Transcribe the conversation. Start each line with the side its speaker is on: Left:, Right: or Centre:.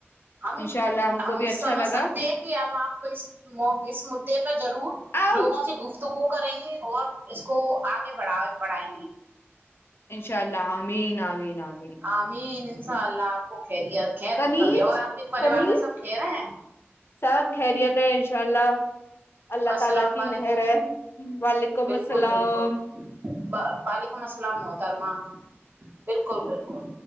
Right: ہم
Left: انشاء اللہ
Right: ہم
Left: کو بھی اچھا
Right: سمجھ
Left: لگا
Right: سکتے ہیں کہ اب آپ اس اس مدے پہ ضرور
Left: آؤچ
Right: لوگوں سے گفتگو کریں گے اور اس کو آگ ے بڑ بڑھائیں گی
Left: انشاء اللہ امین آمین آین
Right: آمین انشاء اللہ آپ کو کیر رکھے
Left: کنیج
Right: اور آپ کے پریوار
Left: کنیز
Right: میں سب کہرے ہیں
Left: سب خیریت ہے انشاء اللہ اللہ
Right: السلام
Left: تعالی کی
Right: علیکم
Left: مہر ہے وعلیکم
Right: بالکل
Left: السلام
Right: بالکل وعلیکم السلام محترمہ بالکل بالکل